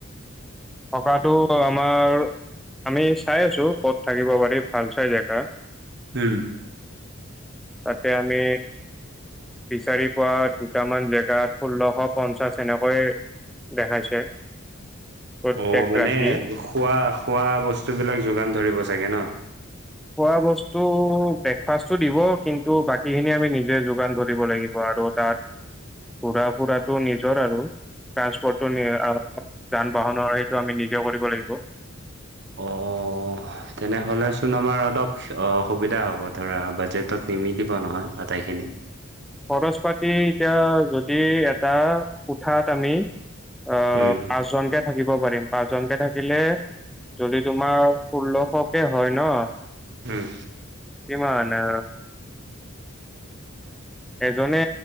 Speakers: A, in the centre; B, on the right.
A: থকাটো আমাৰ। আমি চাই আছোঁ, ক'ত থাকিব পাৰি ভাল চাই জেগা।
B: উম'।
A: তাকে আমি বিচাৰি পোৱা দুটামান জেগাত ষোল্লশ পঞ্চাশ এনেকৈয় দেখাইছে। প্ৰত্যেক
B: অ' মানে,
A: ৰাতি
B: খোৱা শুৱা বস্তুবিলাক যোগান ধৰিব চাগে ন?
A: খোৱা বস্তু ব্ৰেকফাষ্টটো দিব, কিন্তু বাকীখিনি আমি নিজে যোগান ধৰিব লাগিব আৰু। তাত, ঘূৰা -ফুৰাটো নিজৰ আৰু। ট্ৰান্সপ'ৰ্টটো আৰু যান বাহনৰ সেইটো আমি নিজে কৰিব লাগিব।
B: অ'। তেনেহ'লেচোন আমাৰ অলপ অসুবিধা হ'ব, ধৰা বাজেটত নিমিলিব নহয় আটাইখিনি।
A: খৰচ পাতি এতিয়া যদি এটা কোঠাত আমি আহ
B: উম,
A: পাঁচজনকে থাকিব পাৰিম। পাঁচজনকে থাকিলে। যদি তোমাৰ ষোল্লশকে হয় ন।
B: হম।
A: কিমান আ এজনে